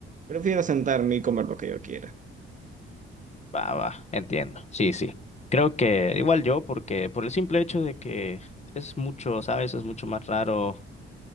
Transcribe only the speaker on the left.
Va, va, entiendo. Sí, sí. Creo que igual yo, porque por el simple hecho de que es mucho, ¿sabes? Es mucho más raro